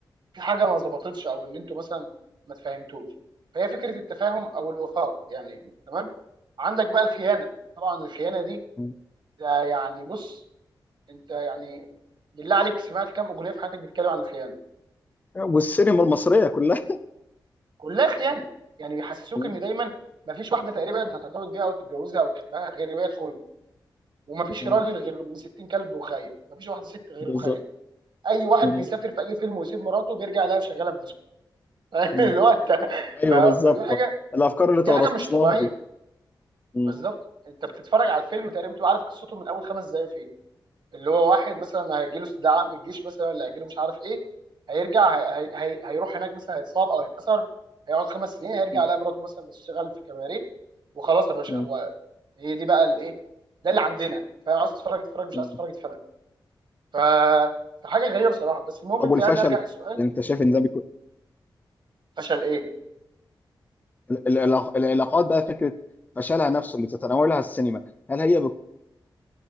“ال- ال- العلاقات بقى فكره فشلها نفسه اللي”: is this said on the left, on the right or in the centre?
Left